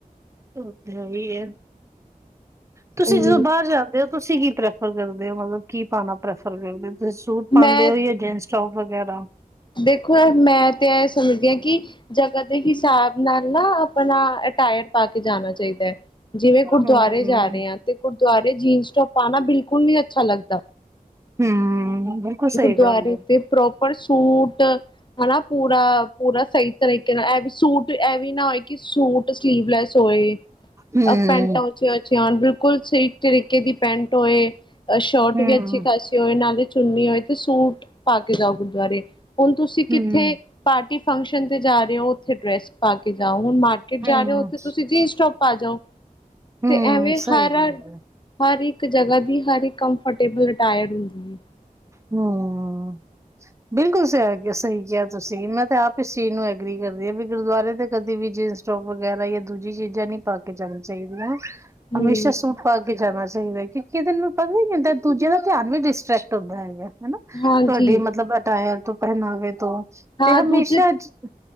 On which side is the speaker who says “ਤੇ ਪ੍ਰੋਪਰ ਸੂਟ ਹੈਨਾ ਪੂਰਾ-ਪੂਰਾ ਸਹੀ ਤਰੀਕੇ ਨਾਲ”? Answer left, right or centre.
Left